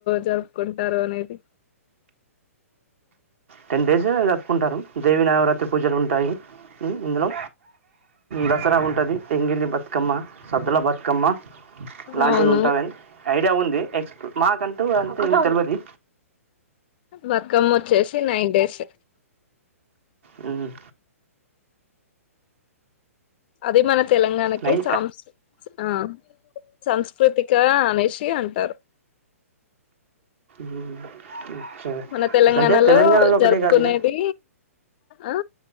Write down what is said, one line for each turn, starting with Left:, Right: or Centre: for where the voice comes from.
Left: జరుపుకుంటారు అనేది
Right: టెన్ డేస్ జరుపుకుంటారు దేవి నవరాత్రి పూజలు ఉంటాయి హు ఇందులో దసరా ఉంటది ఎంగిల్లి బత్ కమ్మ సద్దల బతుకమ్మ లాంటివి
Left: అవును
Right: ఉంటావ్ అని ఐడియా ఉంది ఎక్స్ మాకంటూ అంటూ ఏం తెల్ వది
Left: బక్కమ్మ వచ్చేసి నైన్ డేస్
Right: హ్మ్
Left: అదే మన తెలంగాణ
Right: నైన్
Left: కి సాంస్రు ఆ సంస్కృతిక అనేషి అంటారు
Right: మ్మ్. సరే.
Left: మన తెలంగాణలో
Right: అట్లంటే ఒకటే
Left: జరుపుకునేది
Right: కాదు ఇక
Left: ఆ